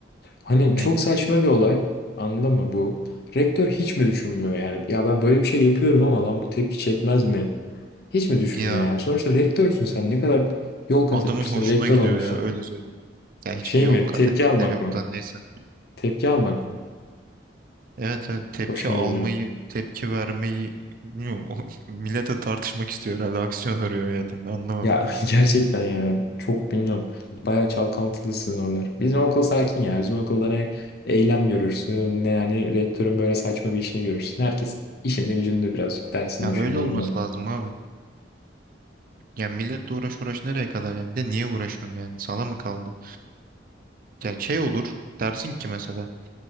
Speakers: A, on the left; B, on the right.
A: Hani
B: Neyi?
A: çok saçma bir olay. Anladın mı bu? Rektör hiç mi düşünmüyor yani? Ya ben böyle bir şey yapıyorum ama lan bu tepki çekmez mi? Hiç mi düşünmüyor
B: Ya
A: yani? Sonuçta rektörsün sen. Ne kadar yol kat
B: adamın
A: etmişsin.
B: hoşuna
A: Rektör
B: gidiyor
A: olmuşsun.
B: ya öyle söyleyeyim. Ya hiçbir
A: Şey
B: yol
A: mi?
B: kat
A: Tepki
B: ettikleri
A: almak
B: yok
A: mı?
B: da neyse.
A: Tepki almak mı?
B: Evet evet tepki
A: Hoşuna
B: almayı,
A: gidiyor.
B: tepki vermeyi bilmiyorum. O, <laughs> millete tartışmak istiyor herhalde. Aksiyon arıyor hayatında anlamadım.
A: Ya <laughs> gerçekten ya çok bilmiyorum. Bayağı çalkantılı sizin oralar. Bizim okul sakin ya. Bizim okulda ne eylem görürsün ne yani rektörün böyle saçma bir işini görürsün. Herkes işinde gücünde birazcık dersinde
B: Ya
A: şunda
B: öyle olması
A: bunda.
B: lazım abi. Ya milletle uğraş uğraş nereye kadar ya? Bir de niye uğraşıyorsun yani? Sala mı kaldı? Ya şey olur dersin ki mesela